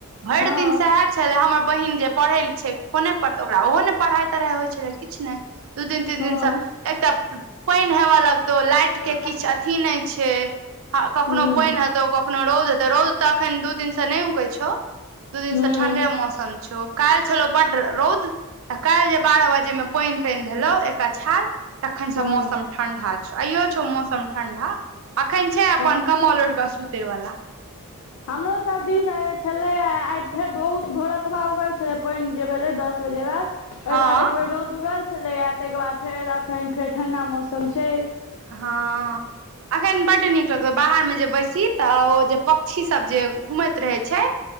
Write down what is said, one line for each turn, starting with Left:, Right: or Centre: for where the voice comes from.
Right: भरि
Left: हँ
Right: दिन सैहाऽ छलै हमर बहिन जे परहै ल छै, कोने पत ओकरा ओहो ने परहाई तरहाई होइ छै, किछु ने दू दिन तीन
Left: हँ
Right: दिन सऽ, एकटाऽ पईन हेवाऽ लगतौ, लाइट
Left: हूँ
Right: के किछु अथी नहि छै, कखनो
Left: हूँ
Right: पईन हेत् तौ, कखनो रौद हेतौ, रौद त अखन दू दिन से नै उगै छौ, दू दिन
Left: हँ
Right: स ठंडे मौसम छौ, काल्हि छलौ बड्ड रौद तऽ काल्हि जे बारह बजे में पईन तईन भेलौ एक अछाड़ तखैन
Left: हँ
Right: स मौसम ठंडा छ, आईयो छौ मौसम ठण्डा, अखैन छै अपन
Left: हँ
Right: कम्मल ओइढ़ क सुतै वला।
Left: हमरो सब दीश आई छलैयाऽ, आई फेर बहुत भोरकबा उगल छलै, पईन जे भेलै दस बजे बाद ओई
Right: हँ
Left: के बाद एक बेर रौद उगल छलैया, तई के बाद फेर अखन फेर ठंडा मौसम छै।
Right: हँ, एखैन बड्ड नीक लगऽ बाहर मे जे बैसी तऽ ओ जे क्षी सब जे घूमैत रहै छै।